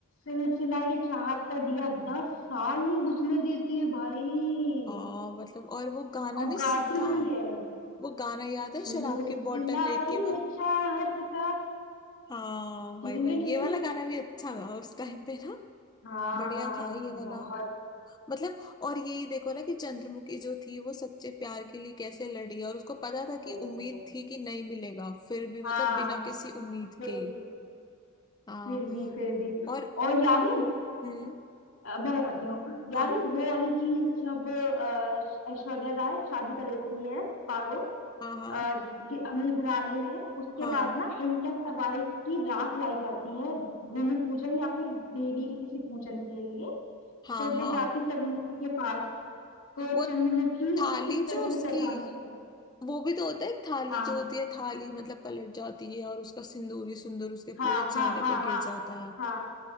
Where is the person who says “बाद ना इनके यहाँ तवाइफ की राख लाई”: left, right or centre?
Left